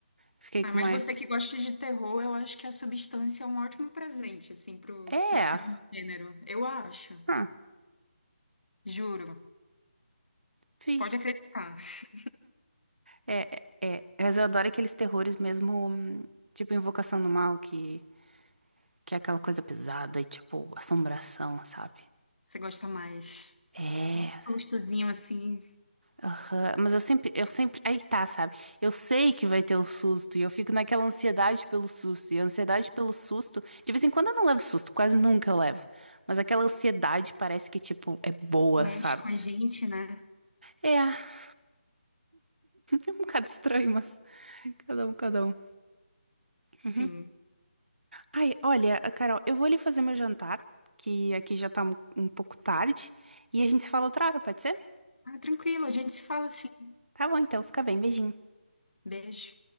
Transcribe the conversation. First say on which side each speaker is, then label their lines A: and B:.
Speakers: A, on the right (about 70°); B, on the left (about 70°).
A: fiquei
B: Ah,
A: com
B: mas
A: mais.
B: você que gosta de terror, eu acho que A Substância é um ótimo presente, assim, pro,
A: É.
B: pra filme de gênero. Eu acho.
A: hã,
B: Juro.
A: fi.
B: Pode acreditar. <laughs>
A: É, é, é. Mas eu adoro aqueles terrores mesmo, hum, tipo Invocação do Mal, que, que é aquela coisa pesada e tipo assombração, sabe?
B: Você gosta mais.
A: É.
B: Um sustozinho, assim,
A: Aham, Mas eu sempre, eu sempre, aí tá, sabe? Eu sei que vai ter o susto e eu fico naquela ansiedade pelo susto. E a ansiedade pelo susto, de vez em quando eu não levo susto, quase nunca eu levo. Mas aquela ansiedade parece que, tipo, é boa,
B: mexe
A: sabe?
B: com a gente, né?
A: É, <laughs> é um bocado estranho, mas cada um, cada um.
B: Sim.
A: Uhum. Ai, olha, Carol, eu vou ali fazer meu jantar, que aqui já tá um, um pouco tarde, e a gente se fala outra hora, pode ser?
B: Ah, tranquilo, a gente se fala assim.
A: Tá bom, então, fica bem, beijinho.
B: Beijo.